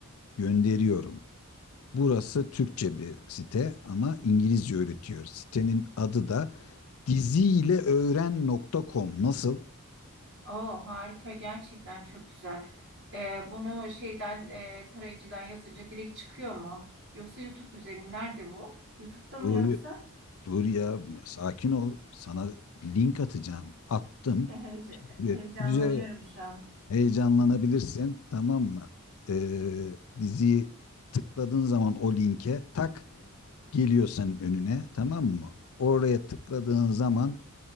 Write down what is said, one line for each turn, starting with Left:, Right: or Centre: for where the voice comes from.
Left: gönderiyorum. Burası Türkçe bir site ama İngilizce öğretiyor. Sitenin adı da diziyleöğren nokta com. Nasıl?
Right: Oo harika gerçekten çok güzel. E, bunu şeyden e, tarayıcıdan yazınca direkt çıkıyor mu? Yoksa YouTube üzerinden nerede bu? YouTube'da mı
Left: Dur,
Right: yoksa?
Left: dur ya sakin ol. Sana link atacağım. Attım.
Right: E, heyece-
Left: Ee,
Right: heyecanlanıyorum
Left: Güzel
Right: şu an.
Left: heyecanlanabilirsin tamam mı? Ee, diziyi tıkladığın zaman o linke tak geliyor senin önüne tamam mı? Oraya tıkladığın zaman